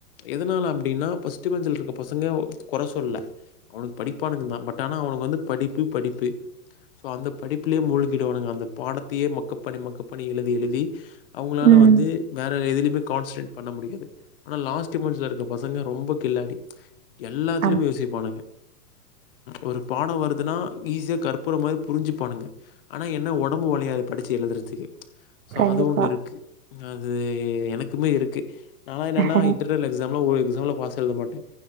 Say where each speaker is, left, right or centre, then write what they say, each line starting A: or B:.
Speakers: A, on the left (about 35°); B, on the right (about 65°).
A: எதனால அப்டின்னா பஸ்டுபெஞ்சுல இருக்க பசங்க குறை சொல்லல அவனு படிப்பானுக்கு தா பட் ஆனா அவனு வந்து படிப்பு படிப்பு சோ அந்த படிப்புலேயே மூழ்கிடுவானுங்க அந்த பாடத்தையே மக்க பண்ணி மக்க பணி எழுதி எழுதி அவங்களால்
B: ம்
A: வந்து வேறு எதுலையுமே கான்சன்ட்ரேட் பண்ண முடியாது ஆனால் லாஸ்ட் மந்த்ஸில் இருக்க பசங்க ரொம்ப இல்லாடி எல்லாத்திலு
B: ஆம்
A: யோசிப்பனுங்க ஒரு பாடம் வருதுன்னா ஈஸியாக கற்பற மாதிரி புரிஞ்சு பானுங்க ஆனா என்ன உடம்பு ஒழையாது படிச்சு எழுதுறதுக்கு சோ
B: கண்டிப்பா
A: அது ஒண்ணு இருக்கு அது எனக்குமே இருக்கு நாலா என்னன்னா
B: ம்
A: இட எக்ஸாம்ல ஒரு எக்ஸாம்ல பாஸ் எழுத மாட்டே